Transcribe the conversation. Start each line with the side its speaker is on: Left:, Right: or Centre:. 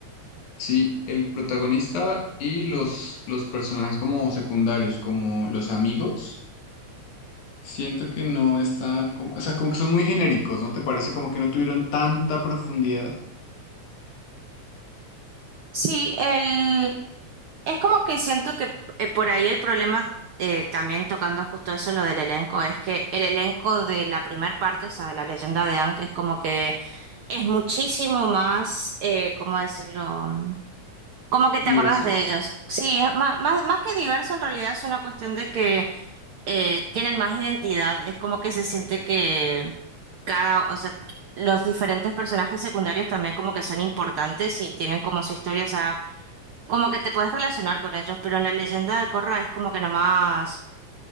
Left: Sí, el protagonista y los, los personajes como secundarios, como los amigos. Siento que no están, como- o sea, como que son muy genéricos, ¿no te parece? Como que no tuvieron tanta profundidad,
Right: Sí, el... es como que siento que eh, por ahí el problema, eh, también tocando justo eso, lo del elenco, es que el elenco de la primera parte, o sea, de la leyenda de Aang, es como que es muchísimo más, eh, ¿cómo decirlo? Como que te
Left: diverso.
Right: acordás de ellos. Sí, es ma- más, más, que diverso, en realidad es una cuestión de que eh, tienen más identidad. Es como que se siente que cada, o sea, los diferentes personajes secundarios también como que son importantes y tienen como su historia, o sea, como que te puedes relacionar con ellos, pero en la leyenda de Corra es como que nomás